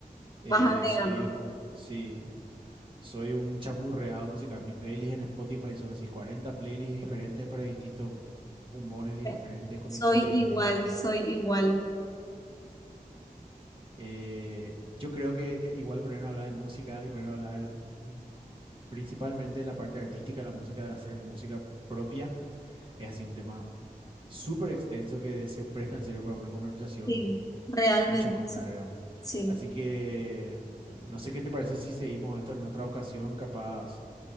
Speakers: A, on the right; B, on the left.
A: Eh,
B: Vas agregando.
A: soy como, sí, soy un chamburreado musical. Mi playlist en Spotify son así 40 playlists diferentes para distintos humores diferentes,
B: Sí.
A: con
B: Soy
A: distintos géneros
B: igual,
A: diferentes.
B: soy igual.
A: Eh, yo creo que igual ponernos a hablar de música y ponernos a hablar y principalmente de la parte artística, la música, de hacer música propia, es así un tema súper extenso que se presta en serio para una conversación
B: Sí, realmente,
A: mucho más
B: sí.
A: larga.
B: Sí.
A: Así que no sé qué te parece si seguimos esto en otra ocasión, capaz